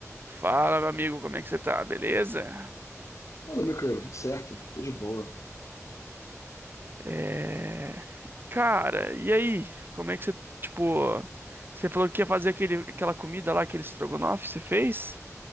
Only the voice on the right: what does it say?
Fala, meu amigo, como é que você tá? Beleza?
É... Cara, e aí? Como é que você, tipo, você falou que ia fazer aquele, aquela comida lá, aquele estrogonofe, você fez?